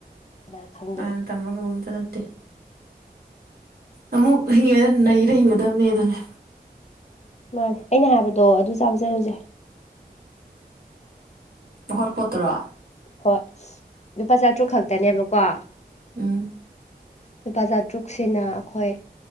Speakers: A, on the left; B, on the right.
A: ꯀꯅꯥ ꯈꯪꯗꯣꯔꯤ
B: ꯑ ꯇꯝꯕ ꯉꯝꯕꯝꯇ ꯅꯠꯇꯦ ꯑꯃꯨꯛ ꯍꯤꯡꯉꯦ ꯅꯩꯔ ꯍꯤꯡꯒꯗꯕꯅꯦ ꯑꯗꯨꯅꯦ
A: ꯃꯥꯅꯦ ꯑꯩꯅ ꯍꯥꯏꯕꯗꯣ ꯑꯗꯨ ꯆꯥꯕ ꯆꯠꯔꯨꯁꯦ
B: ꯂꯧꯍꯠ ꯄꯇ꯭ꯔ
A: ꯍꯣꯏ ꯂꯨꯄꯥ ꯆꯥꯇ꯭ꯔꯨꯛ ꯈꯛꯇꯅꯦꯕꯀꯣ
B: ꯎꯝ
A: ꯂꯨꯄꯥ ꯆꯥꯇ꯭ꯔꯨꯛꯁꯤꯅ ꯑꯩꯈꯣꯏ